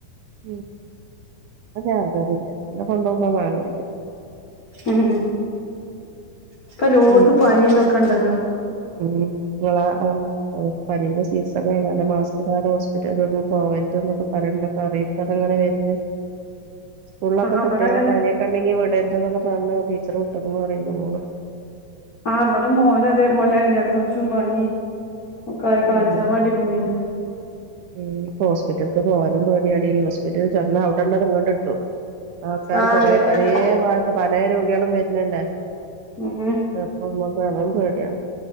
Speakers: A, on the right (about 75°); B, on the left (about 75°).
A: ഉം ആകറില്ല ഇവടെ കൊണ്ടോന്ന വാങ്ങലില്ല
B: ഉം ഇപ്ലോത്ത്
A: ഉം
B: പനി ഇതൊക്കെ ഇണ്ടല്ലോ
A: ഉം ഇങ്ങളെ ആം പ്പൊ പനിന്റെ സീസണാണാലാ മാസ്‌ക്ക്ടാതെ ഹോസ്പിറ്റക്കൊന്നും പോവര്ത് ന്നൊക്കെ പറീണ്ട്. കാരണീ തൊക്കെ ങ്ങനെ വെര്ന്ന് സ്കൂളൊക്കെ
B: ആഹ്
A: കുട്ടികളെ
B: ഇവടെ അങ്ങനെ
A: പനിയൊക്കെ ഉണ്ടെങ്കിൽ വിടരുത്ന്നൊക്ക പറഞ് ടീച്ചർ വിറട്ട്ക്ക്ണ് റയണ്ട് മോള്
B: ആഹ് വടെ മോന അതേപോലെ ജലദോഷവും പനിം ഒക്കെ ആയി കാണിച്ചാൻ
A: ഉം
B: വേണ്ടി പോയിന്
A: ഉം പ്പൊ ഹോസ്പിറ്റലക്ക് പോവാനും പേടിയാടി ഹോസ്പിറ്റലിൽ ചെന്ന അവ്ടെള്ളത് ഇങ്ങണ്ട്ട്ടും ആൾക്കാര്
B: ആഹ്
A: കൊറേ
B: അങ്ങനെയാണ്
A: പലേ ഭഗത്ത പലേ രോഗിയാളും വെര്നല്ലേ
B: ഉംഹ്
A: പ്പൊ അമ്മക്കാലും പേടിയാണ്